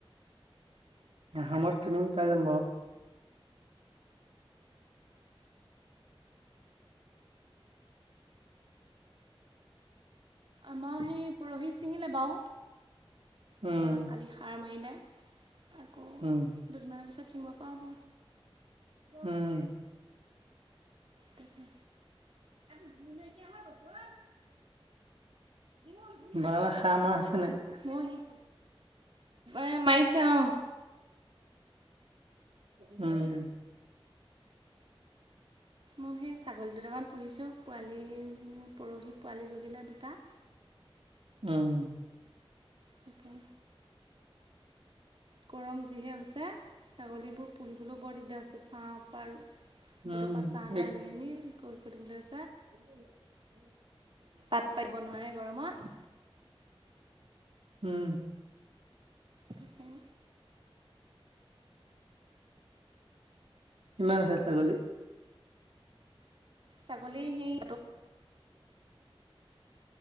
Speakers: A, on the right; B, on the right.
A: অহ আমাৰ ট্ৰেইনিং চাই লম
B: আমাৰ সেই পৰহি ছিঙিলে বাও,
A: উম,
B: তাৰপা কালি সাৰ মাৰিলে। <unintelligible> আকৌ
A: উম
B: দুদিনমানৰ পিছত ছিঙিব পৰা হ'ব।
A: উম।
B: তাকে
A: আৰু মোৰ নাইকীয়া হৈ গৈছে অ। বাৰ হা মাহ আছে নাই। <unintelligible>
B: ময়ো সেই এ মাৰিছে অহ।
A: উম।
B: মোৰ সেই ছাগলী দুটামান পুহিছোঁ পোৱালি পৰহি পোৱালি জগিলে দুটা।
A: উম।
B: তাকে গৰম যিহে হৈছে, ছাগলীবোৰ পুহিবলৈ। বৰ দিগদাৰ আছে চা পাৰ,
A: উম,
B: তৰ পৰা চা লৈ আনি আনি কৰি সুধিবলৈ।
A: উম উম।
B: পাত পাৰিব নোৱাৰে গৰমত।
A: উম।
B: তেতিয়া।
A: কিমান আছে ছাগলী
B: ছাগলী সেই।